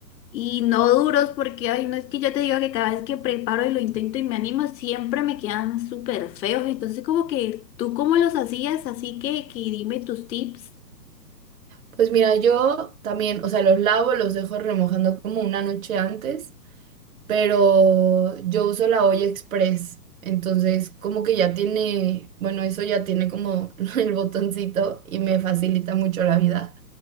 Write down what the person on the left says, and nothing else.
Y no duros porque, ay, no es que yo te digo que cada vez que preparo y lo intento y me animo, siempre me quedan súper feos. Entonces, como que tú cómo los hacías, así que, que dime tus tips.